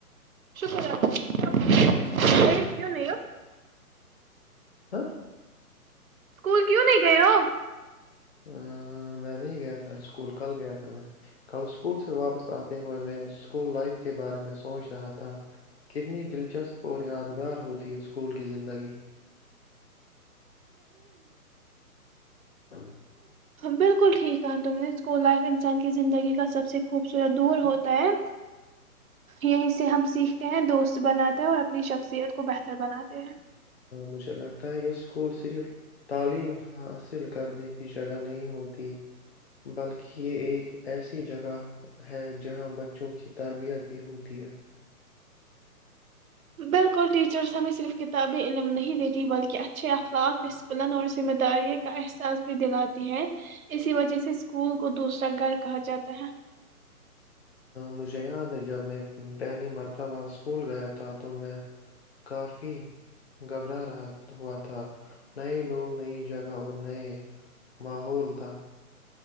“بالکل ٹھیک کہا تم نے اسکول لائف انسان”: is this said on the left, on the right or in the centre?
Right